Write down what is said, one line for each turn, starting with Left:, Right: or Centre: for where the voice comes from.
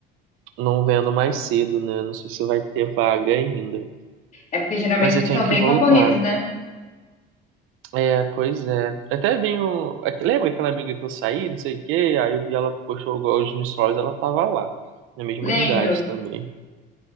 Right: não vendo mais cedo, né? Não sei se vai ter vaga ainda.
Left: É porque geralmente
Right: Mas eu
Left: eles
Right: tenho
Left: são
Right: que
Left: bem
Right: voltar.
Left: concorridos, né?
Right: É, pois é. Até vi um. é que- Lembra aquela amiga que eu saí, não sei o quê? Aí eu vi ela postou hoje no Stories, ela tava lá. Na mesma
Left: Lembro.
Right: unidade também.